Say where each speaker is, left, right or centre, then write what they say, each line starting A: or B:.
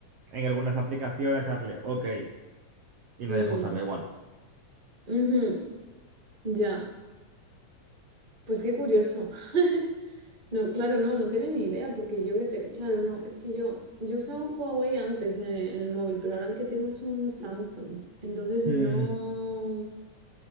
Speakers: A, on the right (about 70°); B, on the right (about 30°).
A: en algunas aplicaciones, darle OK, y me
B: mm,
A: deja usarla igual.
B: ujú, ya. Pues qué curioso. <laughs> No, claro, no, no tenía ni idea, porque yo que te. Claro, no, es que yo, yo usaba un Huawei antes eh, en el móvil, pero ahora el que tengo es un Samsung. Entonces
A: Mm,
B: no.